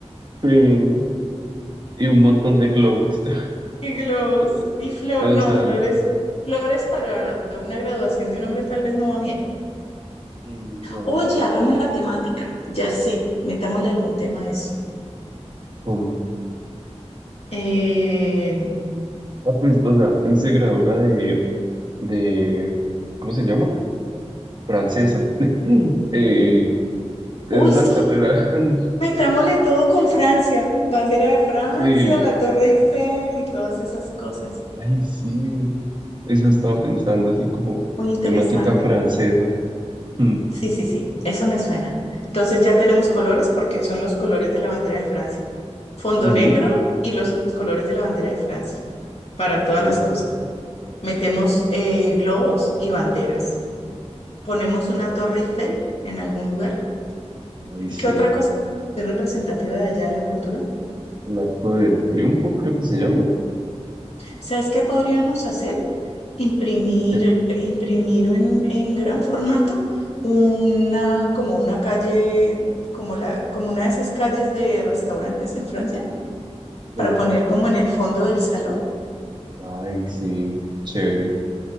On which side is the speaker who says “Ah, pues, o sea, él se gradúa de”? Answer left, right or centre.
Right